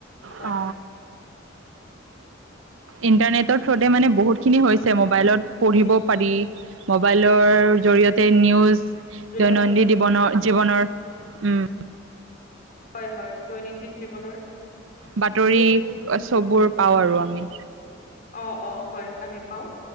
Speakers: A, on the left (about 45°); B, on the right (about 85°).
A: আমাৰ
B: অ। ইণ্টাৰনেটৰ থ্ৰোতে, মানে বহুত খিনি হৈছে মোবাইলত, পঢ়িব পাৰি মোবাইলৰ, জৰিয়তে নিউজ
A: যোনবিলাক
B: দৈনন্দিন দিৱনৰ, জীৱনৰ উম।
A: হয় হয় দৈনন্দিন জীৱনৰ
B: বাতৰি,
A: বস্তুখিনি
B: চববোৰ পাওঁ আৰু আমি।
A: অ', অ', হয় আমি পাওঁ,